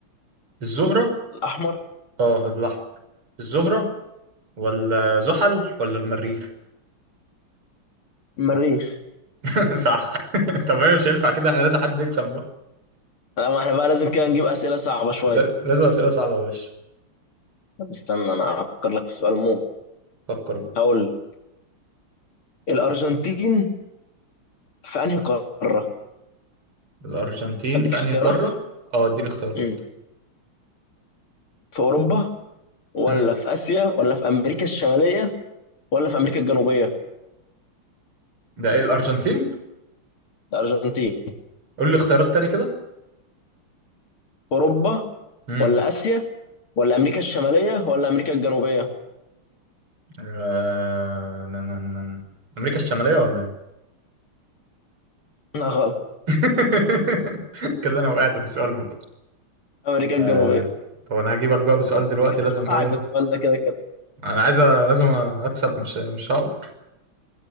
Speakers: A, on the right; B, on the left.
A: الزهرة
B: الاحمر
A: اه الأحمر الزهرة ولا زحل ولا المريخ
B: المريخ
A: <laughs> صح <laughs> طب هي مش هينفع كده احنا لازم حد يكسب بقى
B: لا، ما احنا بقى لازم كده نجيب اسئلة صعبة شوية
A: لا- لازم أسئلة صعبة يا باشا
B: طب استنى انا هفكر لك في سؤال موت
A: فكر بقى
B: هقول لك. الارجنتين في انهي قارة
A: الأرجنتين
B: اديك
A: في
B: اختيارات
A: أنهي قارة؟ اه اديني اختيارات
B: مم. في اوروبا ولا
A: امم
B: في اسيا ولا في امريكا الشمالية ولا في امريكا الجنوبية
A: ده ايه الأرجنتين؟
B: الارجنتين
A: قول لي اختيارات تاني كده
B: اوروبا
A: امم
B: ولا اسيا ولا امريكا الشمالية ولا امريكا الجنوبية
A: آه... نا- نا- نا- نا. أمريكا الشمالية ولا ايه؟
B: لا غلط
A: <laughs> كده أنا وقعت في سؤال بقى
B: امريكا الجنوبيه
A: آه... طب أنا هجيبك بقى بسؤال دلوقتي لازم
B: مش هوقعك
A: ايه؟
B: بالسؤال ده كده كده
A: أنا عايز أ- لازم أكسب مش مش هقدر